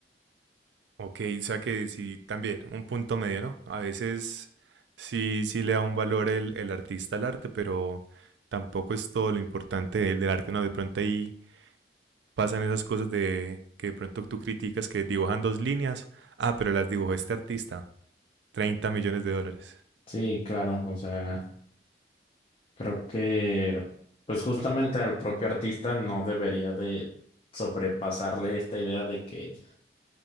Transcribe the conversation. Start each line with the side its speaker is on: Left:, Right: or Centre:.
Right: Ok, o sea que sí, también, un punto medio, ¿no? A veces sí, sí le da un valor el, el artista al arte, pero tampoco es todo lo importante de- del arte, ¿no? De pronto ahí pasan esas cosas de que de pronto tú criticas que dibujan dos líneas, ah, pero las dibujó este artista, 30 millones de dólares.
Left: Sí, claro, o sea, creo que pues justamente al propio artista no debería de sobrepasarle esta idea de que